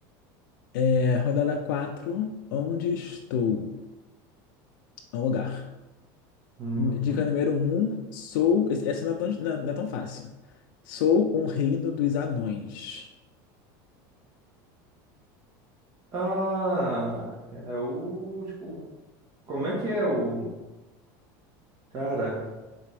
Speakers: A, on the left; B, on the right.
A: É, rodada quatro. Onde estou? É um lugar.
B: Uhum.
A: Dica número um. Sou. esse- Essa não é tão, não é não é tão fácil. Sou um reino dos anões.
B: Ah, é o, tipo, como é que é o, cara,